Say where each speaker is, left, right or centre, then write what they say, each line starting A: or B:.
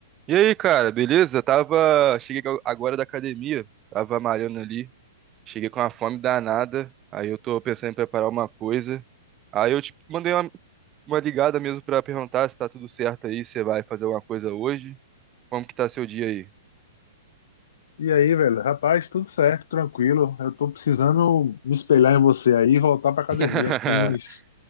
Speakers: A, on the right; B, on the left.
A: E aí, cara, beleza? Tava. Cheguei ag- agora da academia, tava malhando ali. Cheguei com uma fome danada. Aí eu tô pensando em preparar uma coisa. Aí eu, tipo, mandei uma, uma ligada mesmo pra perguntar se tá tudo certo aí, se você vai fazer alguma coisa hoje. Como que tá seu dia aí?
B: E aí, velho? Rapaz, tudo certo, tranquilo. Eu tô precisando me espelhar em você aí e voltar pra academia,
A: <laughs>
B: que tem uns,